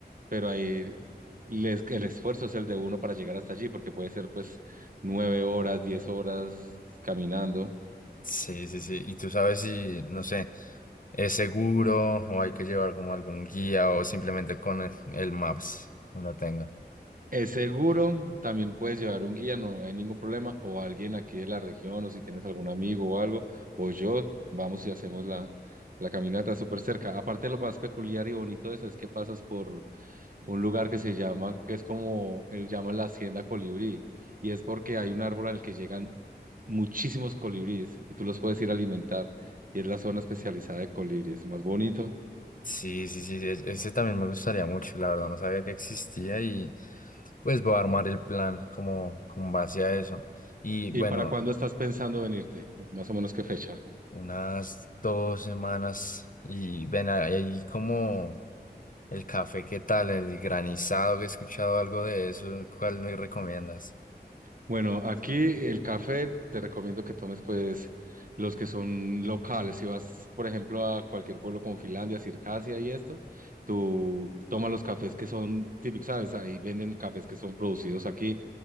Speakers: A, on the right; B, on the left.
A: pero ahí les- el esfuerzo es el de uno para llegar hasta allí, porque puede ser pues nueve horas, diez horas caminando.
B: Sí, sí, sí. Y tú sabes si, no sé, es seguro o hay que llevar como algún guía o simplemente con el, el Maps uno tenga.
A: Es seguro, también puedes llevar un guía, no hay ningún problema, o alguien aquí de la región, o si tienes algún amigo o algo, o yo, vamos y hacemos la, la caminata súper cerca. Aparte, lo más peculiar y bonito de eso es que pasas por un lugar que se llama, que es como él llama la Hacienda Colibrí, y es porque hay un árbol al que llegan muchísimos colibríes y tú los puedes ir a alimentar, y es la zona especializada de colibríes, más bonito.
B: Sí, sí, sí, e- ese también me gustaría mucho, la verdad, no sabía que existía y pues voy a armar el plan como con base a eso. Y
A: ¿Y
B: bueno,
A: para cuándo estás pensando venirte? Más o menos qué fecha.
B: unas dos semanas y ven ahí como... El café, ¿qué tal? El granizado, que he escuchado algo de eso, ¿cuál me recomiendas?
A: Bueno, aquí el café te recomiendo que tomes pues los que son locales. Si vas, por ejemplo, a cualquier pueblo como Finlandia, Circasia y esto, tú toma los cafés que son típicos, ¿sabes? Ahí venden cafés que son producidos aquí